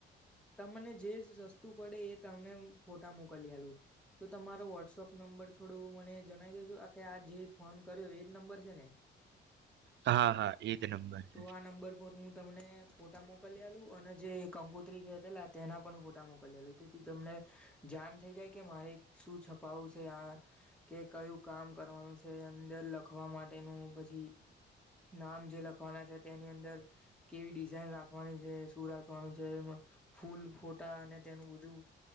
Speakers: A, in the centre; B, on the right.
A: તમને જે સ સસ્તું પડે એ તમને ફોટા મોકલી આલું. તો તમારો વોટ્સઅપ નંબર થોડું મને જણાવી દેજો. અહ ક આ જે ફોન કર્યો એજ નંબર છે ને?
B: હા, હા એજ નંબર છે.
A: તો આ નંબર પર હું તમને ફોટા મોકલી આલું અને જે કંકોત્રી કેતેલા તેના પણ ફોટા મોકલી આલું, તેથી તમને જાન થઇ જાય કે મારે શું છપાવું કે આ, કે કયું કામ કરવાનું છે અંદર લખવા માટેનું, પછી નામ જે લખવાના છે તેની અંદર કેવી ડિઝાઇન રાખવાની છે, શું રાખવાનું છે, ફૂલ ફોટા અને તેનું બધું